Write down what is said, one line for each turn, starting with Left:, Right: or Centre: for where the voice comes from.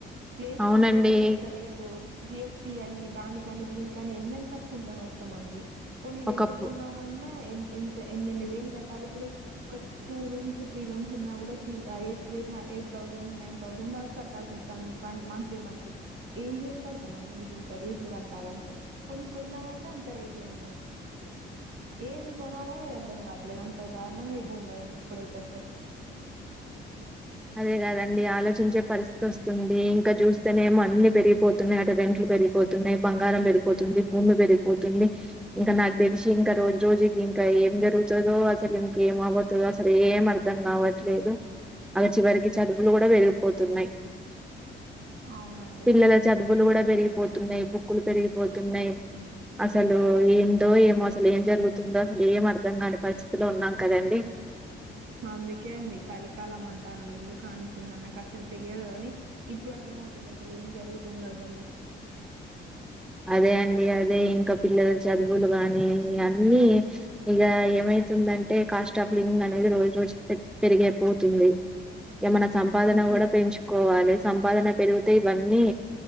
Right: ప్లేసెస్
Centre: అవునండి
Right: కూడా ఇంత రేటు జి ఎస్ టి అని దానికని దీనికని ఎన్నని కట్టుకుంటా వస్తాం అండి పోనీ రెంటుకుందాం
Centre: ఒకప్పు
Right: అన్నా ఎన్ ఎంత ఎన్నెన్ని వేలు కట్టాలి ఇప్పుడు ఒక టూ రూమ్స్ త్రీ రూమ్స్ ఉన్నా కూడా త్రీ ఆ eight eighth eight thousand nine thousand దాకా కట్టాల్సి వస్తాంది వన్ మంత్లీ మంత్లీ ఏం చేసి కడతాం అని ఇంకింత రేట్లు కట్టాలంటే కొనీ కొందామంటే అంత రేట్లు ఉన్నాయి ఏది కొనాల ఏది అర్ధం కావట్లేదు అంత దారుణంగా అయిపోంది ఇప్పుడైతే అసలు
Centre: అదే కాదండి ఆలోచించే పరిస్థితి వస్తుంది ఇంకా చూస్తేనేమో అన్ని పెరిగిపోతున్నాయి అటు రెంట్లు పెరిగిపోతున్నాయి బంగారం పెరిగిపోతుంది భూమి పెరిగిపోతుంది ఇంకా నాకు తెలిసి ఇంకా రోజు రోజుకి ఇంకా ఏం జరుగుతుదో అసలు ఇంకేం అపోతుదో అసలు ఏం అర్ధం కావట్లేదు అల చివరికి చదువులు కూడా పెరిగిపోతున్నాయి
Right: అవునండి
Centre: పిల్లల
Right: అసలు
Centre: చదువులు కూడా పెరిగి పోతున్నాయి బుక్కులు పెరిగిపోతున్నాయి అసలు ఏంటో ఏమో అసలు ఏం జరుగుతుందో అసలు ఏం అర్ధం కాని పరిస్థితిలో ఉన్నాం కదండి
Right: అందుకే అండి కలికాలం అంటారు ఎందుకు అనుకున్నా నాకు అసలు తెలియదు కాని ఇప్పుడు అర్ధం అవుతుంది అసలు ఏం జరుగుతుందో అసలు
Centre: అదే అండి అదే ఇంకా పిల్లల చదువులు గానీ అన్నీ ఇగ ఏమైతుందంటే కాస్ట్ ఆఫ్ లివింగ్ అనేది రోజు రోజుకి పెద్ పెరిగైపోతుంది. ఏమన సంపాదన కూడా పెంచు కోవాలి సంపాదన పెరుగుతే ఇవన్నీ